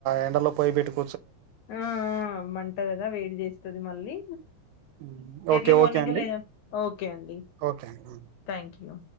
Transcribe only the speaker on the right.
ఎండలో పోయి పెట్టు
um,
okay
ఓకే అండి
ఓకే అండి